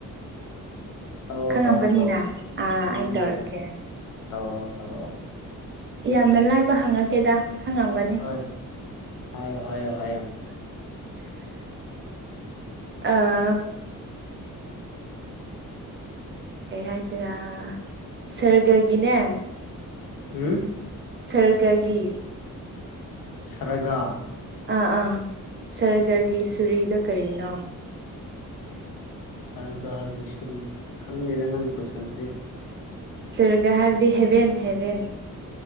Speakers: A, on the left; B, on the right.
A: ꯇꯧꯑꯣ
B: ꯈꯪꯉꯝꯒꯅꯤꯅ
A: ꯇꯧꯑꯣ ꯇꯧꯑꯣ
B: ꯑꯥ
A: ꯎꯝ
B: ꯑꯩ ꯇꯧꯔꯛꯀꯦ
A: ꯇꯧꯔꯛꯑꯣ ꯇꯧꯔꯛꯑꯣ
B: ꯌꯥꯝꯅ ꯂꯥꯏꯕ ꯍꯪꯉꯛꯀꯦꯗꯥ ꯈꯪꯉꯝꯒꯥꯅꯤ
A: ꯍꯣꯏ ꯍꯥꯏꯌꯣ ꯍꯥꯏꯌꯣ ꯍꯥꯏꯌꯣ
B: ꯑꯥ ꯀꯩ ꯍꯥꯏꯁꯤꯔꯥ ꯁꯔꯒꯥꯒꯤꯅꯦ
A: ꯎꯝ
B: ꯁꯔꯒꯥꯒꯤ
A: ꯁꯔꯥꯒꯥ
B: ꯑꯥ ꯑꯥ ꯁꯔꯒꯥꯒꯤ ꯁꯨꯔꯤꯗꯣ ꯀꯔꯤꯅꯣ
A: ꯁꯥꯔꯒꯔꯒꯤ ꯁꯨꯔꯤ ꯈꯪꯗꯦꯗꯥ ꯅꯪꯒꯤ ꯀꯣꯏꯁꯥꯟꯁꯦ
B: ꯁꯔꯒꯥ ꯍꯥꯏꯕꯗꯤ ꯍꯦꯕꯦꯟ ꯍꯦꯕꯦꯟ